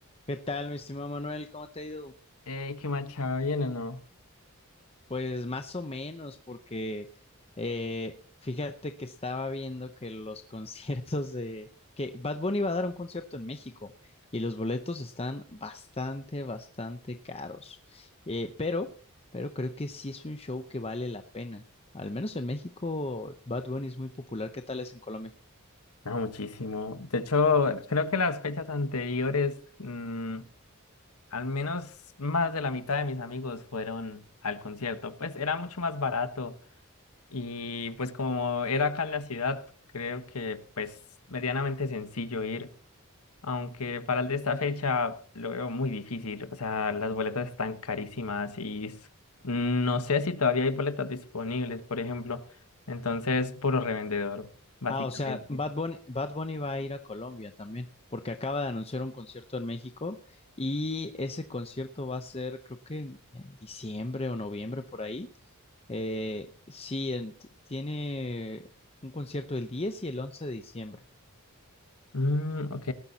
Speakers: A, on the left; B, on the left.
A: ¿Qué tal, mi estimado Manuel? ¿Cómo te ha ido?
B: Ey, ¿qué marcha bien o no?
A: Pues más o menos, porque eh, fíjate que estaba viendo que los <laughs> conciertos de... que Bad Bunny va a dar un concierto en México y los boletos están bastante, bastante caros. Eh, pero, pero creo que sí es un show que vale la pena. Al menos en México, Bad Bunny es muy popular. ¿Qué tal es en Colombia?
B: No, muchísimo. De hecho, creo que las fechas anteriores, mm, al menos más de la mitad de mis amigos fueron al concierto. Pues era mucho más barato y pues como era acá en la ciudad, creo que pues medianamente sencillo ir. Aunque para el de esta fecha lo veo muy difícil. O sea, las boletas están carísimas y s- no sé si todavía hay boletas disponibles, por ejemplo. Entonces, puro revendedor, básicamente.
A: Ah, o sea, Bad Bunny, Bad Bunny va a ir a Colombia también, porque acaba de anunciar un concierto en México y ese concierto va a ser, creo que en, en diciembre o noviembre por ahí. Eh, sí, en- t- tiene un concierto el 10 y el 11 de diciembre.
B: Mm, ok.